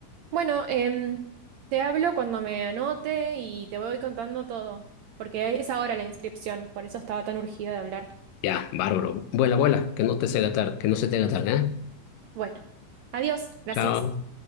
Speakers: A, on the right; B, on the left.
A: Bueno, em, te hablo cuando me anote y te voy contando todo, porque es ahora la inscripción, por eso estaba tan urgida de hablar.
B: Ya, bárbaro. Vuela, vuela, que no te sea tarde, que no se te haga tarde, ¿eh?
A: Bueno, adiós, gracias.
B: Chao.